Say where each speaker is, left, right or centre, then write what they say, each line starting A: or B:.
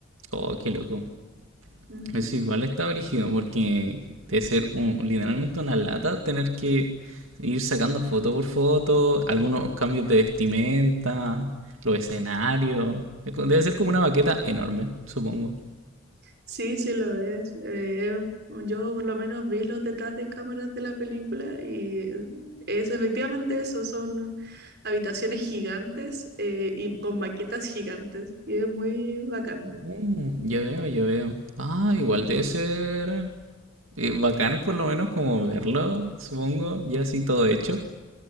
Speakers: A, on the right (about 85°); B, on the right (about 55°).
A: Oh, qué loco.
B: Ujú.
A: Eso igual está brígido, porque debe ser un- literalmente una lata tener que ir sacando foto por foto, algunos cambios de vestimenta, los escenarios. Es co- Debe ser como una maqueta enorme, supongo.
B: Sí, sí lo es. Eh, em, yo por lo menos vi los detrás de cámaras de la película y es efectivamente eso, son habitaciones gigantes eh, y con maquetas gigantes y es muy bacán.
A: Uh, ya veo, ya veo. Ah, igual debe ser eh, bacán por lo menos como verlo, supongo, ya así todo hecho.